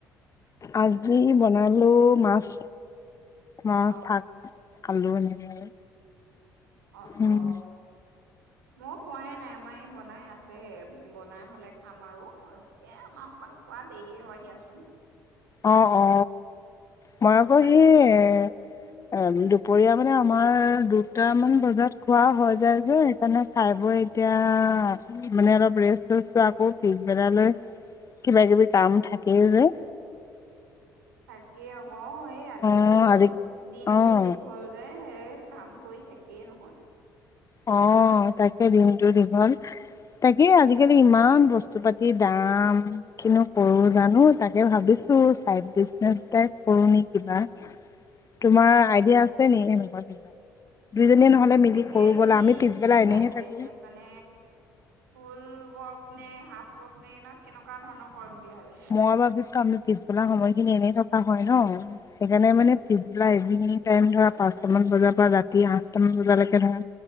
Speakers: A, on the left (about 35°); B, on the right (about 90°).
A: আজি বনালোঁ মাছ। মাছ
B: অ
A: শাক আলু এনেকে
B: অ
A: উম
B: অ ন খোৱাই নাই আমাৰ এই বনাই আছে হে, বনাই হ'লে খাম আৰু এ আমাৰ সোৱাদ খোৱা দেৰিয়ে হয় দিয়া চোন
A: অ অ মই আকৌ
B: বাকী
A: সেই অহ দুপৰীয়া মানে আমাৰ দুটামান বজাত খোৱা হৈ যায় যে, সেইকাৰণে খাই বৈ এতিয়া মানে অলপ ৰেষ্টো লৈছো, আকৌ পিছবেলালৈ কিবা-কিবি কাম থাকেই যে।
B: তাকে অক এ এই আজিকালি
A: অ
B: আকৌ
A: আজি
B: দিনবোৰ
A: অ
B: দীঘল যে। সেই কাম কৰি শেষেই নহয়।
A: অ তাকে দিনটো দীঘল, তাকে আজিকালি ইমান বস্তুপাতি দাম, কিনো কৰো জানো তাকে ভাবিছোঁ চাইড বিজনেচ এটাই কৰো নি কিবা। তোমাৰ আইডিয়া আছে নি এনেকোৱা কিবা দুইজনীয়ে নহলে মিলি কৰো
B: এ
A: বলা
B: তুমি
A: আমি পিছবেলা
B: কি
A: এনেহে
B: চাইড
A: থাকো
B: বিজনেচ মানে ফুলৱৰ্ক নে হাফৱৰ্ক নে না কেনেকোৱা ধৰণৰ কৰিম বুলি ভাবিছা
A: মই ভাবিছো, আমি পিছ বেলা সময়খিনি এনেই থকা হয় ন সেইকাৰণে মানে পিছবেলা ইভিনিং টাইম ধৰা পাঁচটামান বজাৰ পৰা ৰাতি আঠটামান বজালৈকে ধৰা